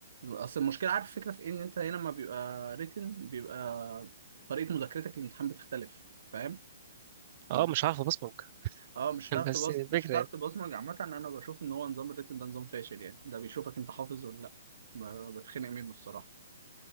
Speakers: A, on the right; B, on the right.
A: اصل المشكله عارف الفكره في إيه؟ ان انت هنا ما بيبقى ريتن بيبقى طريقه مذاكرتك للامتحان بتختلف فاهم مذاكرة
B: اه مش عارف ابصمج <laughs>
A: اه مش هتعرف
B: بس
A: تبص
B: يعني الفكره
A: مش هتعرف
B: يعني
A: تبصمج عامه انا بشوف ان هو نظام الريتن ده نظام فاشل يعني ده بيشوفك انت حافظ ولا لا ب- بتخنق منه الصراحه